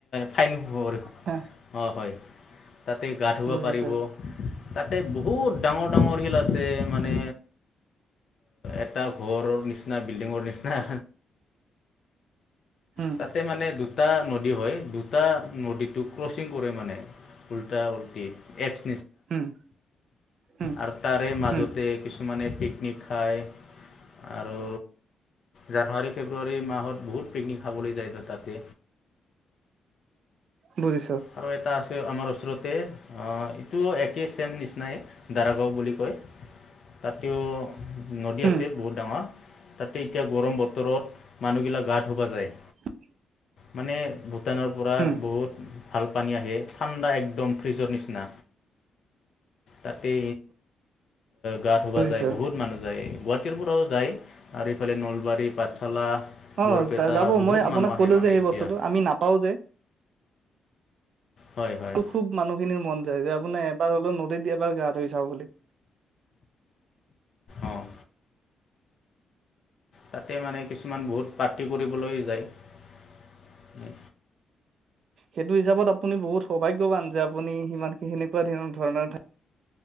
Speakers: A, on the left; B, on the right.
A: ফাইন ব়অহয়
B: হে
A: তাতে গা ধুব
B: বুজিছো
A: পাৰিব তাতে বহুত ডাঙৰ ডাঙৰ শিল আছে মানে এটা ঘৰ নিচিনা বিল্ডিংৰ নিচিনা
B: উম
A: তাতে মানে দু দুটা নদী হয় দুটা নদীটো ক্ৰচিং কৰে মানে উল্টা উল্টি এক্স
B: উম উম
A: আৰু তাৰে মাজতে
B: উম
A: কিছুমান পিক পিকনিক খায় আৰু জানুৱাৰী ফেব্ৰুৱাৰী মাহত বহুত পিকনিক খাবলৈ যায় ত তাতে
B: বুজিছ
A: আৰু এটা আছে আমাৰ ওচৰতে এইটো একেই চছেম নিচিনাই দাৰাগাঁও বুলি কয় তাতও নদী
B: উম
A: আছে বহুত ডাঙৰ তাতে এতিয়া গৰম বতৰত মানুহগিলাক গা ধুবা যায়
B: <unintelligible>
A: মানে ভূটানৰ পৰা
B: উম
A: বহুত ভাল পানী আহে ঠাণ্ডা একদম ফ্ৰিজৰ নিচিনা ততে গা ধুবা
B: বুজিছো
A: যায় বহুত মানুহ যায় গুৱাহাটীৰ পৰাও যায় আৰু ইফালে নলবাৰী পাঠশালা
B: অ
A: বৰপেটা
B: যাব
A: বহুত
B: মই আপোনাক
A: মানুহ আহে
B: কলো
A: মানে
B: যে সেই
A: এতিয়া
B: বস্তুটো আমি নাপাও যে
A: হয় হয়
B: আৰু খুব মানুহখিনিৰ মন আপোনাৰ এবাৰ হ'লেও নদীত এবাৰ গা ধুই চাও বুলি
A: অঁ তাতে মানে কিছুমান বহুত পাৰ্টি কৰিবলৈ যায়
B: সেইটো হিচাপত আপুনি বহুত সৌভাগ্যৱান যে আপুনি সিমানখিনি সেনেকুৱা ধ ধৰণৰাক